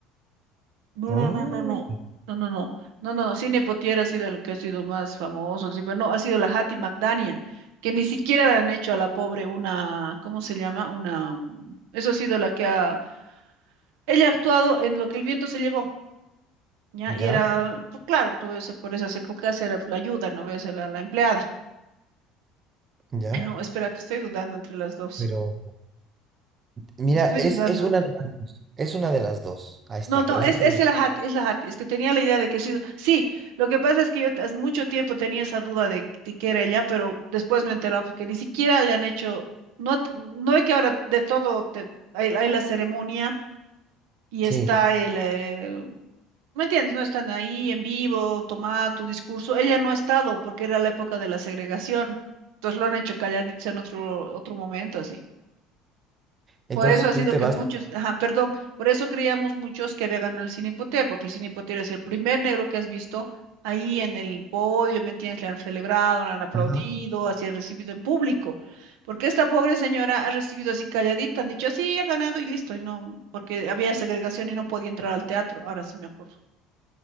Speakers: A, on the right; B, on the right.
A: No,
B: Mm,
A: no, no, no, no. No, no, no. No, no, no. Sidney Poitier ha sido el que ha sido más famoso. que sí, Pero no, ha sido la Hattie McDaniel, que ni siquiera le han hecho a la pobre una, ¿cómo se llama? Una. mm, Eso ha sido la que ha. Ella ha actuado en lo que el viento se llevó, ¿ya?
B: ya,
A: Y era, pues, claro, no voy a ser por esas épocas era la ayuda, no voy a ser la, la empleada.
B: ya.
A: Ay, no, espérate, estoy dudando entre las dos.
B: Pero mira,
A: Estoy
B: es,
A: dudando.
B: es una de las dos. Es una de las dos. Ahí está,
A: No, no,
B: con
A: es,
B: eso te
A: es
B: digo.
A: el ajati, es la ajati, es que tenía la idea de que ha sido. Sí, lo que pasa es que yo hace mucho tiempo tenía esa duda de, de que era ella, pero después me he enterado porque ni siquiera le han hecho, no, te- no es que ahora de todo te, hay, hay la ceremonia y
B: Sí.
A: está el, eh, ¿me entiendes? No están ahí en vivo, toma tu discurso. Ella no ha estado porque era la época de la segregación, entonces lo han hecho calladitos en otro, otro momento, así.
B: Entonces
A: Por eso ha
B: tú
A: sido
B: te
A: que
B: vas,
A: muchos, ajá, perdón, por eso creíamos muchos que había ganado el Cine Potter, porque el Cine Potter es el primer negro que has visto ahí en el podio, ¿me entiendes? Le han celebrado, le han aplaudido,
B: Ajá.
A: así ha recibido en público, porque esta pobre señora ha recibido así calladita, han dicho así, ha ganado y listo, y no, porque había segregación y no podía entrar al teatro, ahora sí me acuerdo.